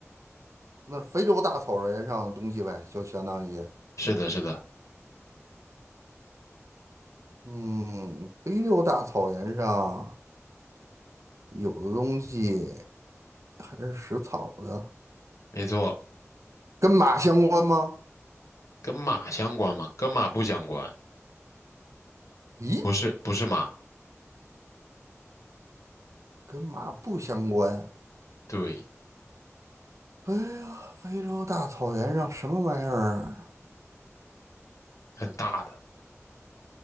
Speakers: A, on the right; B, on the left.
A: 那非洲大草原上的东西呗，就相当于，
B: 是的，是的，
A: 嗯，非洲大草原上有的东西。还是食草的，
B: 没错，
A: 跟马相关吗？
B: 跟马相关吗？跟马不相关，
A: 咦，
B: 不是，不是马，
A: 跟马不相关。
B: 对，
A: 哎呀，非洲大草原上什么玩意儿？
B: 很大的。